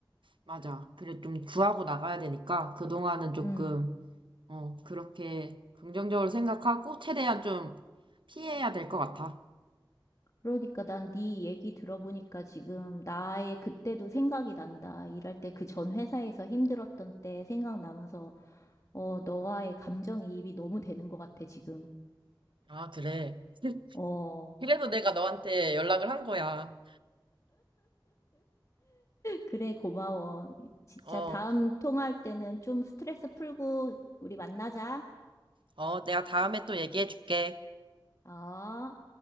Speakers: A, on the right (about 80°); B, on the left (about 40°).
A: 맞아. 그래, 좀 구하고 나가야 되니까, 그동안은 조금,
B: 음.
A: 어, 그렇게 긍정적으로 생각하고 최대한 좀 피해야 될 것 같아.
B: 그러니까 난 네 얘기 들어보니까 지금 나의 그때도 생각이 난다. 일할 때 그 전 회사에서 힘들었던 때 생각나면서, 어, 너와의 감정이입이 너무 되는 것 같아, 지금.
A: 아, 그래. <laughs>
B: 어,
A: 그래서 내가 너한테 연락을 한 거야.
B: 그래, 고마워. 진짜
A: 어,
B: 다음 통화할 때는 좀 스트레스 풀고 우리 만나자.
A: 어, 내가 다음에 또 얘기해 줄게.
B: 어.